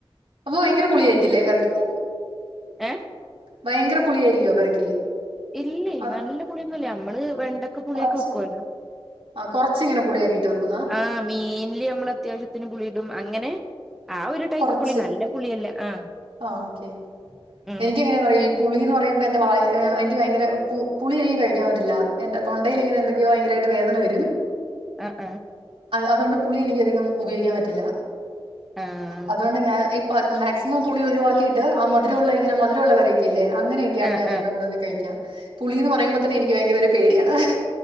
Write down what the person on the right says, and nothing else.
അ ഭയങ്കര- പുളിച്ചേർക്കില്ലേ കറിക്കു?
ഭയങ്കര പുളിയായിരിക്കുവോ കറിക്ക്
അത്
കൊറച്ച്
ആ കൊറച്ചിങ്ങനെ പുളിയാക്കിയിട്ട് വെക്കൂന്നാ
കുറച്ച്
ആ ഓക്കെ
എനിക്ക് എങ്ങനെയ പറ ഈ പുളിന്ന് പറയുമ്പോ എന്റെ എനിക്ക് ഭയങ്കര പുളി എനിക്ക് കഴിക്കാൻ പറ്റില്ല എന്റെറെ തൊണ്ടയിൽ ഇങ്ങെ എന്തൊക്കെയോ ഭയങ്കരമായിട്ട് വേദന വരും
അതുകൊണ്ട് പുളി എനിക്ക് അധികം ഉപയോഗിക്കാൻ പറ്റില്ല
അതുകൊണ്ട് ഞാൻ ഇപ്പ മാക്സിമം പുളി ഒഴിവാക്കിയിട്ട് ആ മധുരമുള്ള കറി ഒക്കെ അല്ലേ അങ്ങനെയൊക്കെയാണ്
ഞാൻഏറ്റവും കൂടുതൽ കഴിക്കാം പുളിന്ന് പറയ്പോൾ തന്നെ എനി ഭയങ്കര ഒരു പേടാണ് ആഹ്